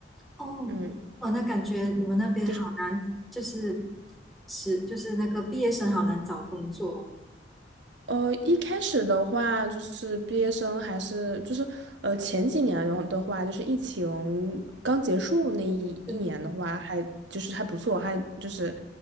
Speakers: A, in the centre; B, on the right (about 70°).
A: 哦，
B: 嗯。就
A: 哦，那感觉你们那边好难，
B: 是。
A: 就是是就是那个毕业生好难找工作，
B: 呃，一开始的话，就是毕业生还是就是呃前几年的的话，就是疫情刚结束那一一年的话，
A: 就
B: 还就是还不错，还就是